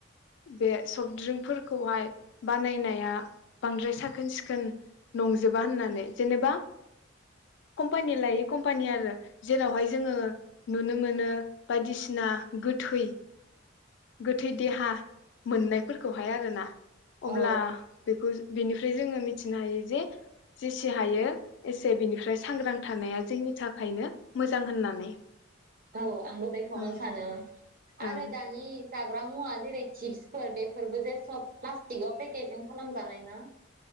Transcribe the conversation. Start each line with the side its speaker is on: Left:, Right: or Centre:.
Left: बे सफ्टड्रिंकफोरखौहाय बानायनाया बांद्राय साखोन सिखोन नंजोबा होननानै जेनेबा कम्पानि लायै कम्पानि आरो जेरावहाय जोङो नुनो मोनो बायदिसिना गोथै गोथै देहा मोननायफोरखौहाय आरोना अब्ला
Right: औ
Left: बेखौ बिनिफ्राय जोङो मिथिनो हायो जे जेसे हायो एसे बिनिफ्राय सांग्रां थानाया जोंनि थाखायनो मोजां होननानै
Right: औ आंबो बेखौनो
Left: ओं
Right: सानो आरो
Left: ओं
Right: दानि जाग्रा मुवा जेरै चिपसफोर बेफोरबो जे सब प्ला-'स्टिकाव पेकेजिं खालामजानाय ना